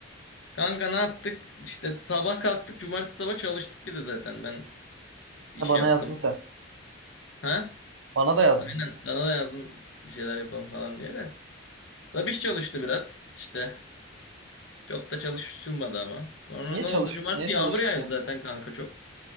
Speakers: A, on the left; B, on the right.
A: Kanka ne yaptık? İşte sabah kalktık. Cumartesi sabah çalıştık bir de zaten. Ben iş
B: He, bana
A: yaptım.
B: yazdın sen.
A: Ha?
B: Bana da yazdın.
A: Ben sana da yazdım bir şeyler yapalım falan diye de. Sabiş çalıştı biraz işte. Çok da çalışılmadı ama. Sonra
B: Niye
A: ne
B: çalış
A: oldu? Cumartesi
B: niye çalıştı
A: yağmur yağıyor
B: ki?
A: zaten kanka çok.